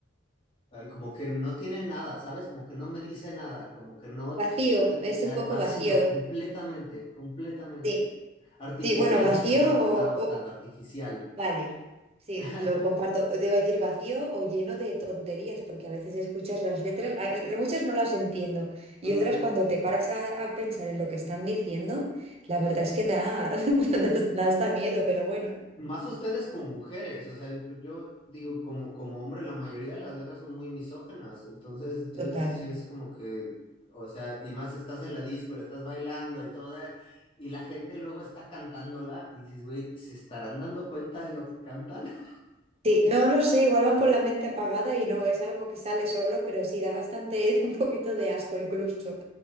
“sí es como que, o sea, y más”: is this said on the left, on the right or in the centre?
Left